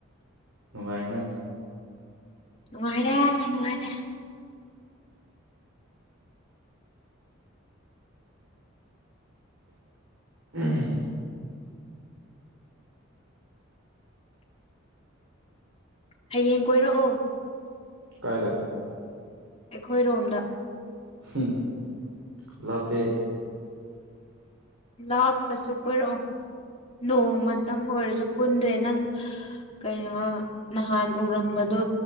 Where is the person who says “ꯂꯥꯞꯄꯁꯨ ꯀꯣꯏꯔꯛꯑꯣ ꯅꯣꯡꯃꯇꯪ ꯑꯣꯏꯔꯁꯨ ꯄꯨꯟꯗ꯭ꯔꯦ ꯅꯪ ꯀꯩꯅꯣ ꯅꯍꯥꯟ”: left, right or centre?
Left